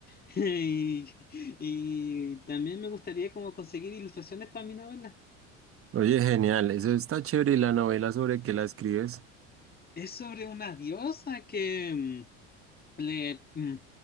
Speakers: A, on the left (about 25°); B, on the right (about 40°).
A: <laughs> Y, y también me gustaría como conseguir ilustraciones para mi novela.
B: Oye, genial, eso está chévere. ¿Y la novela sobre qué la escribes?
A: Es sobre una diosa que... mm, le, mm,